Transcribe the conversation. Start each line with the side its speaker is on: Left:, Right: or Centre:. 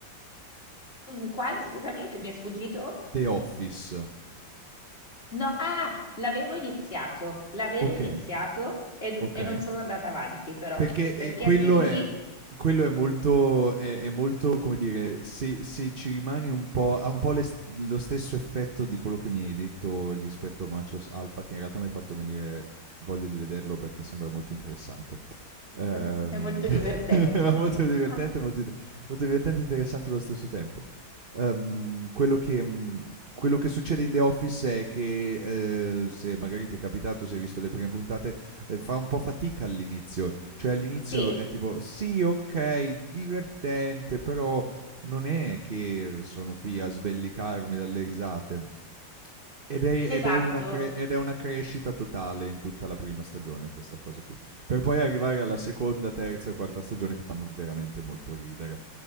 Left: mm, quale? Scusami, che mi è sfuggito?
Right: The Office,
Left: No, ah, l'avevo iniziato, l'avevo
Right: ok,
Left: iniziato e,
Right: ok.
Left: e non sono andata avanti però,
Right: Perché, ehm,
Left: perché
Right: quello
Left: anche lì
Right: è
Left: <laughs>
Right: quello è molto è è molto, come dire, se se ci rimani un po' ha un po' le s lo stesso effetto di quello che mi hai detto rispetto a Machos Alpha, che in realtà mi hai fatto venire voglia di vederlo perché sembra molto interessante. Ehm,
Left: eh, è molto divertente.
Right: era <laughs> molto
Left: <laughs>
Right: divertente, molto, ide- molto divertente e interessante allo stesso tempo. Ehm, quello, che, mh, quello che succede in The Office è che, eh, se magari ti è capitato, se hai visto le prime puntate, eh, fa un po' fatica all'inizio. Cioè all'inizio
Left: Sì,
Right: è tipo, sì, ok, divertente, però non è che sono qui a sbellicarmi dalle risate. Ed è,
Left: esatto.
Right: ed è una cre- ed è una crescita totale in tutta la prima stagione, questa cosa qui. Per poi arrivare alla seconda, terza e quarta stagione che fanno veramente molto ridere.